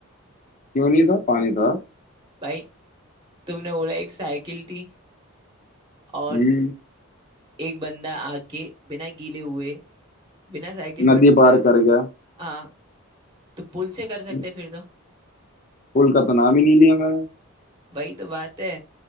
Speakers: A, on the left; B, on the right.
A: क्यों नहीं था पानी था
B: भाई तुमने बोला एक साइकिल थी और
A: हम्म
B: एक बंदा आके बिना गीले हुए बिना साइकिल में
A: नदी
B: ट-
A: पार कर गया
B: हाँ तो पुल से कर सकते
A: हम्म,
B: हैं फिर तो
A: पुल का तो नाम ही नहीं लिया मैंने
B: वही तो बात है